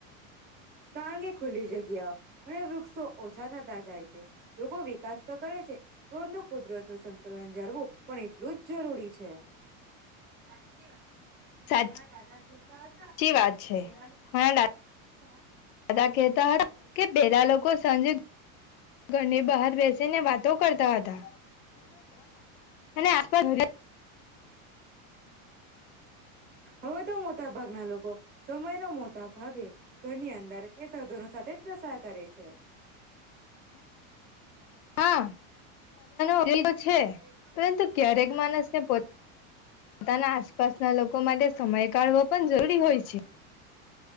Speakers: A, on the right (about 25°); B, on the left (about 85°).
A: કારણ કે ખુલ્લી જગ્યા અને વૃક્ષ તો ઓછા થતા જાય છે લોકો વિકાસ તો કરે છે પરંતુ કુદરતનુ સંતુલન જાળવું પણ એટલું જ જરૂરી છે. સાચી વાત
B: સાચી
A: મારા દાદા કેતા
B: વાત છે
A: હતા
B: મારા
A: <inaudible>
B: દાદા કહેતા હતા કે પહેલા લોકો સાંજે ઘરને બહાર બેસી ને વાતો કરતા હતા <inaudible> અને આપડા ઘરે
A: હવે તો મોતા ભાગના લોકો સમયના મોતા ભાગે ઘરની અંદર કે સાધનો સાથે જ પ્રસાર કરે છે.
B: હા <unintelligible>
A: ક્યારેક <inaudible> પોતાના
B: પરંતુ ક્યારેક
A: આસપાસ
B: માણસને
A: ના લોકો.
B: પોતાના આસપાસના લોકો માટે સમય કાઢવો પણ જરૂરી હોય છે.